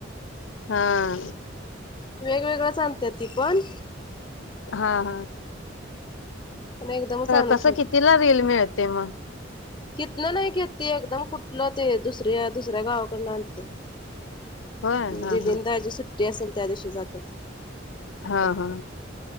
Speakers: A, on the left; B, on the left.
A: हां
B: वेगवेगळंच आणतिया ती पण
A: हा हा
B: आणि एकदमच आणून
A: कस कितीला रील मिळत तेव्हा
B: इथन नाही घेते ती एकदम कुठलं ते दुसऱ्या दुसऱ्या गावाकडन आणत्या,
A: होय हा
B: दिदी
A: हा
B: अन दाजी सुट्टी असेल त्या दिवशी जात्यात.
A: हां हां